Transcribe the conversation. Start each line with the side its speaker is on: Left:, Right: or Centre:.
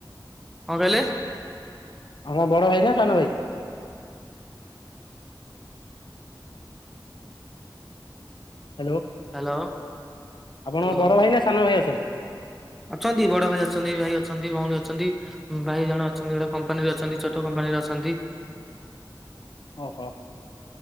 Centre: କଣ କହିଲେ?
Left: ଆମ ବଡ ଭାଇ ନା ସାନ ଭାଇ? ହ୍ୟାଲୋ
Centre: ହ୍ୟାଲୋ
Left: ଆପଣ
Centre: ହ୍ୟାଲୋ।
Left: ବଡ଼ ଭାଇ ନା ସାନ ଭାଇ ଅଛନ୍ତି?
Centre: ଅଛନ୍ତି ବଡ ଭାଇ ଅଛନ୍ତି ଭାଇ ଅଛନ୍ତି ଭଉଣୀ ଅଛନ୍ତି। ଭାଇ ଜଣେ ଅଛନ୍ତି ଗୋଟେ କମ୍ପାନୀରେ ଅଛନ୍ତି ଛୋଟ କମ୍ପାନୀରେ ଅଛନ୍ତି।
Left: ଓହୋ